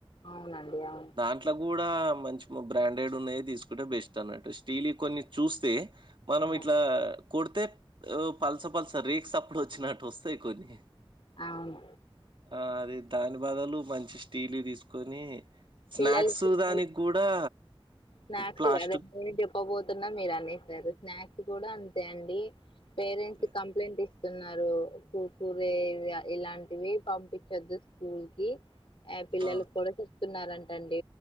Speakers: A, on the left; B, on the right.
A: అవునండి అవును
B: దాంట్లో మంచి బ్రాండెడ్ ఉన్నాయి తీసుకుంటే బెస్ట్ అన్నట్టు స్టీల్వి కొన్ని చూస్తే మనం
A: హ్మ్.
B: ఇట్లా కొడితే పలస పలస రేక్స్ చప్పుడు వచ్చినట్టు వస్తాయి కొన్ని
A: అవును
B: ఆ అది దాని బదలు మంచి స్టీల్ తీసుకొని స్నాక్స్
A: పిల్లలకి పిల్లలకి
B: దానికి కూడా
A: స్నాక్స్
B: ప్లాస్టిక్
A: అదే నేనే చెప్పబోతున్నా మీరు అనేశరు స్నాక్స్ తు కూడా అంతే అండి పేరెంట్స్
B: అదే
A: కంప్లైంట్ ఇస్ తున్నారు కుర్కురే ఇలాంటివి పంపించొద్దు స్కూల్ కి ఏ పిల్లలకు
B: ఆ
A: కూడా చెప్తున్నారం రండి